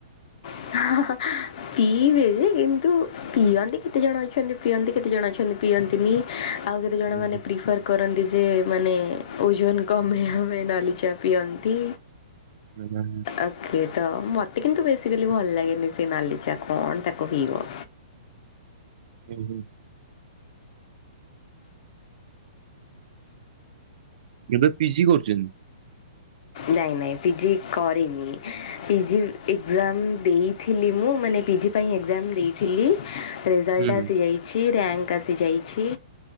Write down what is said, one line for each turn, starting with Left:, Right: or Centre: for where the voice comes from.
Left: <unintelligible> ପିଇିବେ ଯେ କିନ୍ତୁ ପିଅନ୍ତି କେତେ ଜଣ ଅଛନ୍ତି ପିଅନ୍ତି, କେତେ ଜଣ ଅଛନ୍ତି ପିଅନ୍ତିନି। ଆଉ କେତେ ଜଣ
Right: ହୁଁ,
Left: ମାନେ ପ୍ରିଫର କରନ୍ତି ଯେ ମାନେ ଓଜନ କମେଇଆ ପାଇଁ ନାଲି ଚା ପିଅନ୍ତି।
Right: ଏବଂ
Left: ଓକେ ତ ମୋତେ କିନ୍ତୁ ବେସିକାଲି ଭଲ ଲାଗେନି ସେ ନାଲି ଚା, କଣ ତାକୁ ପିଇବ।
Right: ହୁଁ ହୁଁ। ଏବେ ପିଜି କରୁଚନ୍ତି?
Left: ନାଇଁ ନାଇଁ ପିଜିି କରିନି। ପିଜି ଏକ୍ଜାମ୍ ଦେଇଥିଲି ମୁଁ, ମାନେ ପିଜି ପାଇଁ ଏକ୍ଜାମ୍ ଦେଇି ଥିଲି ରେଜଲ୍ଟ
Right: ହୁଁ,
Left: ଆସିଯାଇଛି, ରେଙ୍କ୍ ଆସିଯାଇଛି।